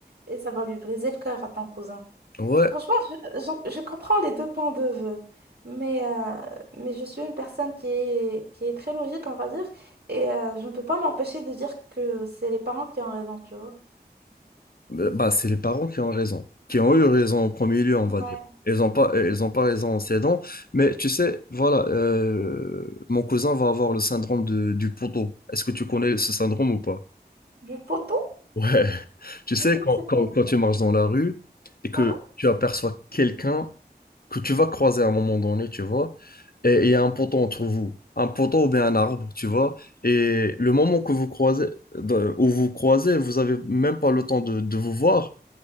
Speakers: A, on the right; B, on the left.
A: Et ça va lui briser le cœur à ton cousin.
B: Ouais,
A: Franchement, je, je- je comprends les deux points de vue, mais, euh, mais je suis une personne qui est, qui est très logique, on va dire, et euh, je ne peux pas m'empêcher de dire que c'est les parents qui ont raison, tu vois.
B: Euh, bah, c'est les parents qui ont raison, qui ont eu raison en premier lieu, on
A: Ouais.
B: va dire. Ils ont pas, ils ont pas raison en s'aidant, mais tu sais, voilà, euh, mon cousin va avoir le syndrome de- du poteau. Est-ce que tu connais ce syndrome ou pas?
A: Du poteau?
B: Ouais. Tu
A: Non,
B: sais, quand,
A: c'est
B: quand-
A: quoi?
B: quand tu marches dans la rue et que
A: Hein?
B: tu aperçois quelqu'un que tu vas croiser à un moment donné, tu vois, et et il y a un poteau entre vous, un poteau ou bien un arbre, tu vois, et le moment que vous croisez, de- où vous croisez, vous avez même pas le temps de, de vous voir,